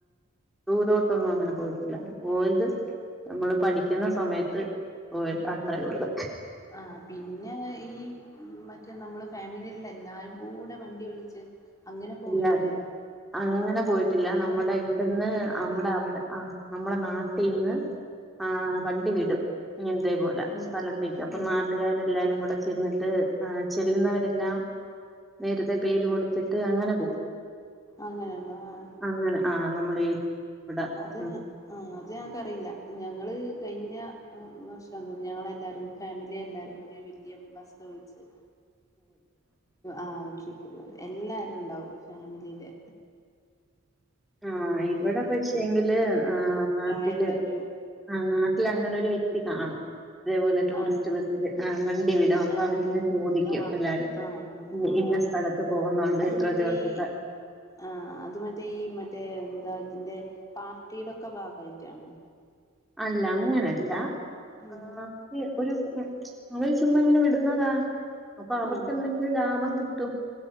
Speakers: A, in the centre; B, on the left.
A: ദൂരോട്ടൊന്നു അങ്ങനെ പോയിട്ടില്ല. പോയത് നമ്മള് പഠിക്കുന്ന സമയത്ത് പോയത അത്രേഉള്ളൂ.
B: ആഹ് പിന്നങ്ങ് ഈ മറ്റേ നമ്മൾ ഫാമിലിയിള്ള എല്ലാരു കൂടെ വണ്ടി വിളിച്ച് അങ്ങനെ പോവലുണ്ടല്ലോ
A: ഇല്ല അങ്ങന പോയിട്ടില്ല
B: അങ്ങനെ
A: നമ്മുടെ ഇവിടുന്ന്
B: ഇല്ലല്ലേ
A: അമ്മടെ അവിടെ ആഹ് നമ്മള നാട്ടീന്ന് ആഹ് വണ്ടി വിടും ഇങ്ങൻതേപോലെ
B: ഉം
A: സ്ഥലത്തേക്ക് അപ്പൊ
B: ഉം
A: നാട്ടുകാരെല്ലാരും കൂടെ ചേന്ന് ട്ട് ആഹ് ചെല്ലുന്നവരെല്ലാം നേര്തെ പേര് കൊടുത്തിട്ട് അങ്ങനെ പോം
B: അങ്ങനെണ്ട ആഹ്
A: അങ്ങനെ ആഹ് നമ്മളീ ഇവിടെ
B: അതെ
A: ഉം
B: ആഹ് അത് ഞങ്ങക്കറിയില്ല ഞങ്ങള് കഴിഞ്ഞ വർഷ തോന്ന്ന്നു ഞങ്ങളെല്ലാരു ഫാമിലിയെല്ലാരും കൂടി വെല്ല്യ ബസ് വിള്ച്ച് ആഹ് ഓക്കെ ഒരു എല്ലാരുണ്ടാവും ഫാമിലീലെ.
A: ആഹ് ഇവിടെ
B: പിന്നെ
A: പക്ഷേങ്കില് ആഹ് നാട്ടില്
B: പ്രായമുള്ളവരും
A: ആഹ് നാട്ടിലങ്ങനൊരു വ്യക്തി കാണും. ഇതേപോലെ ടൂറിസ്റ്റ്
B: ആണ്
A: ബസ്സില് ആഹ് വണ്ടി വിടും അപ്പ
B: ആഹ്
A: അവരിങ്ങെനെ ചോദിക്കും
B: ആഹ് ആഹ്
A: എല്ലാരോടും.
B: ആഹ്
A: ഉം
B: ആഹ്
A: ഇന
B: ആഹ്
A: സ്ഥലത്ത് പോകുന്നുണ്ട്
B: അത്
A: ഇത്ര
B: മറ്റേ
A: ദിവസത്തെ
B: ഈ ആഹ് അത് മറ്റേ ഈ മറ്റേ എന്താ ഇതിന്റെ പാർട്ടീടൊക്കെ ഭാഗായിറ്റാണോ?
A: അല്ല അങ്ങനല്ല
B: ഉം
A: ആഹ് അത് ഒരു ഉം അവര് ചുമ്മാഇങ്ങനെ വിടുന്നതാ. അപ്പ അവർക്കെന്തെങ്കിലും
B: ഉം
A: ലാഭം കിട്ടും